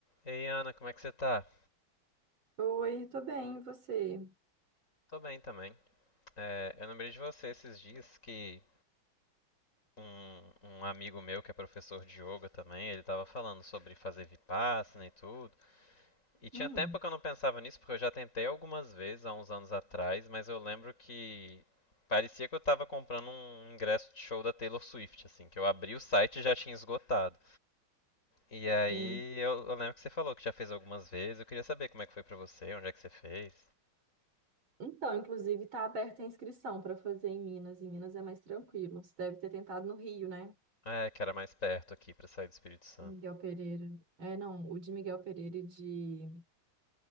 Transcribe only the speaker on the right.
Oi, tô bem, e você?
Hum,
sim.
Então, inclusive, tá aberta a inscrição para fazer em Minas. Em Minas é mais tranquilo. Você deve ter tentado no Rio, né?
Miguel Pereira. É, não, o de Miguel Pereira e de,